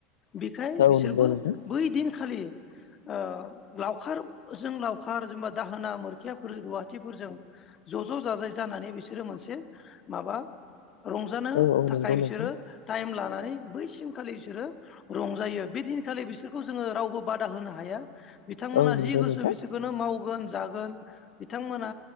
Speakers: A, on the left (about 35°); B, on the left (about 65°).
A: बिखाय बिसोरबो
B: औ नंगौ नोंथां
A: बै दिन खालि ओ लावखारजों लावखार जेनेबा दाहोना मोरखियाफोर रुवाहाटथिफोरजों ज' ज' जाजाय जानानै बिसोरो मोनसे माबा रंजानो
B: औ औ
A: थाखाय
B: नंगौ
A: बिसोरो
B: नोंथां
A: टाइम लानानै बैसिमखालि इसोरो रंजायो बे दिनखालि बिसोरखौ जोङो रावबो बादा होनो हा हाया बिथांमोना
B: औ नंगौ
A: जि गोसो
B: नोंथां
A: बिसोरखौनो मावगोन जाग गोन बिथांमोना